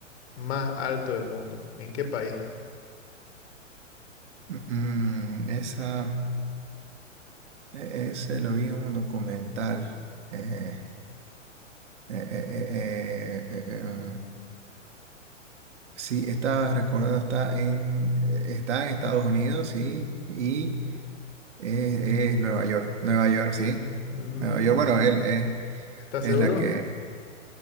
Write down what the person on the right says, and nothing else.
Mm, mm, esa, e- ese lo vi en un documental. Eh, eh, eh, eh, eh, eh, eh, em, sí, estaba recordando, está en, eh, está en Estados Unidos, sí, y es, es Nueva York. Nueva York, sí.
Nueva York, bueno, él es,
es
la que